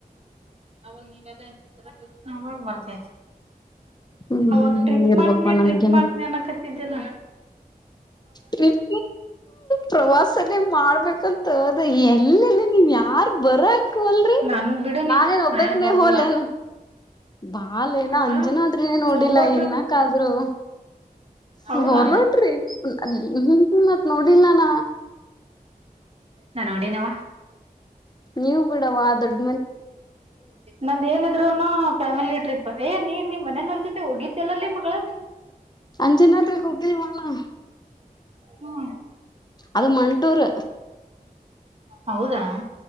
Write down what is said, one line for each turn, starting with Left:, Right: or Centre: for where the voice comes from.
Right: ಅವಾಗ ನೀವೆಲ್ಲಾಗ ಬರ್ತೈತಿ
Left: ಹ್ಮ್
Right: ಾಗ
Left: ಹ್ಮ್ ಹ್ಮ್
Right: ಟ್ರಿಪ್
Left: ಇರ್ಬಪ್ಪ
Right: ಮಾಡ್ತಿನಿ
Left: ನಮ್ಗೆನ್
Right: ಟ್ರಿಪ್ ಮಾಡ್ತೀನಿ ಅನ್ನ ಕತ್ತ ತಿಲ್ಲ
Left: ಟ್ರಪ್ ಪ್ರವಾಸನೇ ಮಾಡ್ಬೇಕಂತ್ ಹೌದ ಎಲ್ಲೆಲ್ಲ ನೀವು್ ಯಾರ್ ಬರ ಹೋಲ್ರಿ
Right: ನನ್ ಬಿಡು
Left: ನಾನೇನ್
Right: ನೀ
Left: ಒಬ್ಬಕ್
Right: ನಾನ್
Left: ನೀವ್
Right: ಬರ್ದಿಲ್ಲ
Left: ಹೋಲೇನ್ ಬಾಲ್ ಏನ
Right: ಹ
Left: ಅಂಜನಾದ್ರಿ ಆದ್ರನೇ ನೋಡಿಲ್ಲ
Right: ಸೋಲೋ ಟ್ರಿಪ್
Left: ಇನ್ನಕ್ಕ ಆದ್ರು
Right: ಹೌದಾ
Left: ಸೋಲೋಟ್ರಿಪ ಹ ಮತ್ ನೋಡಿಲ್ಲಾನ
Right: ನಾ ನೋಡಿನವ
Left: ನೀವು ಬಿಡವಾ ದೊಡ್ಡ
Right: ನಂದ ಏನಿದ್ರುನು ಫ್ಯಾಮಿಲಿ ಟ್ರಿಪ್ ಏ ನೀನ್. ಮನ ನರ್ಸತೆ ಹೋಗಿಲ್ಲಲ್ಲೇ ಮಗಳ.
Left: ಅಂಜಿನಾದರಿ ಹತ್ರರಿ ಹುಬ್ಬಿ ಮಳ
Right: ಹ್ಮ್
Left: ಅದು ಮಂಟೂರ್
Right: ಹೌದಾ.